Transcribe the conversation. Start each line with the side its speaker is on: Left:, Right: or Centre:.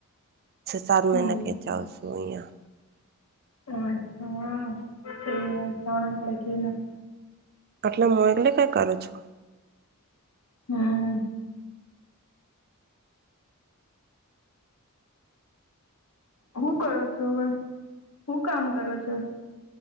Right: સાત
Left: હમ
Right: મહિના કેચાવ છું અહિયાં.
Left: અચ્છા જા પડે કે ના
Right: આટલે હું એટલે કઈ કરું છું.
Left: હમ હું કરો છો હવે હું કામ કરો છો.